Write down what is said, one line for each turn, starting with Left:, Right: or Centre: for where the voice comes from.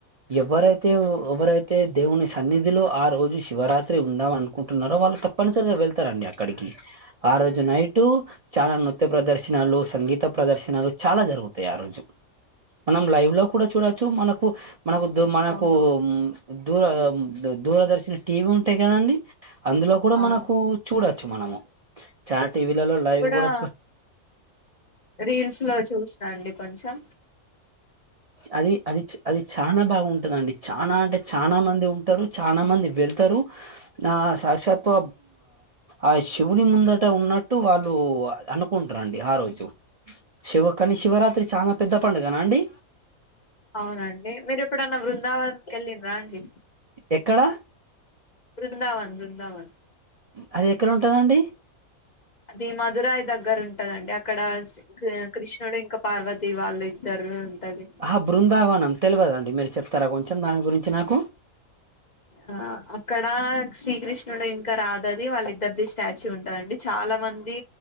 Right: ఎవరైతే ఎవరైతే దేవుని సన్నిధిలో ఆ రోజు శివరాత్రి ఉందాం అనుకుంటున్నారో వాళ్ళు తప్పనిసరిగా వెళ్తారండి అక్కడికి ఆ రోజు నైటు చాలా నృత్య ప్రదర్శనలు సంగీత ప్రదర్శనలు చాలా జరుగుతాయి ఆ రోజు మనం లైవ్ లో కూడా చూడొచ్చు మనకు మనకు మనకు
Left: అవునవును
Right: దూర దూరదర్శన టీవీ ఉంటాయి కదండి అందులో కూడా
Left: అవును
Right: మనకు చూడొచ్చు మనము చాన టీవీలలో లైవ్ కూడా
Left: ఆ రీల్స్ లో చూసి రండి కొంచెం
Right: అది అది అది చనా బాగుంటదండి చనా అంటే చనా మంది ఉంటారు చనా మంది వెళ్తారు ఆ సాక్షాతు ఆ శివుని ముందట ఉన్నట్టు వాళ్ళు అనుకుంటారండి ఆ రోజు శివ కానీ శివరాత్రి చాన పెద్ద పండుగ దనా అండి
Left: అవునండి మీరు ఇప్పు నా వృందావన్ కెలిన్ రా అండి
Right: ఎక్కడ
Left: బృందావన్ బృందావన్
Right: అది ఎక్కడ ఉంటదండి
Left: అది మధురాయి దగ్గర ఉంటదండి అక్కడ కృష్ణుడు ఇంకా పార్వతి వాళ్ళు ఇద్దరు ఉంటది
Right: ఆహ బృందావనం తెలివదండి మీరు చెప్ తార కొంచెం దాని గురించి నాకు
Left: ఆ అక్కడ శ్రీకృష్ణుడు ఇంకా రాదది వాళ్ళ ఇద్దరిది స్టాచ్యూ ఉంటదండి చాలా మంది